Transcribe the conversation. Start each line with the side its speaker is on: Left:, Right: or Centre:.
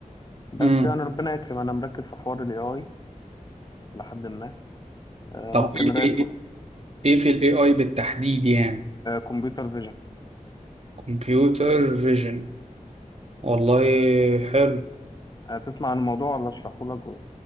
Left: بس
Right: امم
Left: يعني ربنا يكرم انا مركز في حوار الاي اي لحد ما آه،
Right: طب
Left: ممكن
Right: ايه
Left: الاقي
Right: ايه
Left: فرصه
Right: ايه إيه في الاي اي بالتحديد يعني
Left: كمبيوتر فيجن
Right: كمبيوتر فيجن والله حلو
Left: هتسمع عن الموضوع ولا اشرحه لك و-